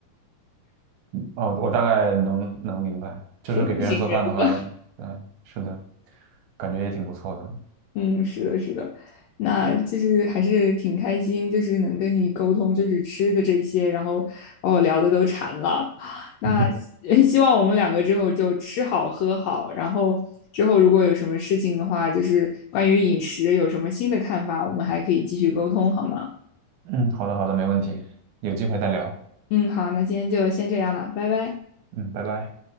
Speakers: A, on the right; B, on the left.
A: 哦，我大概能能明白，就是给别人做饭的话，
B: 服务型人格。
A: 嗯，是的，感觉也挺不错的。
B: 嗯，是的，是的，那就是还是挺开心，就是能跟你沟通，就是吃的这些，然后把我聊的都馋了。<sucks teeth> 那
A: <laughs>
B: 希 <laughs> 希望我们两个之后就吃好喝好，然后之后如果有什么事情的话，就是关于饮食有什么新的看法，我们还可以继续沟通，好吗？
A: 嗯，好的，好的，没问题，有机会再聊。
B: 嗯，好，那今天就先这样了，拜拜。
A: 嗯，拜拜。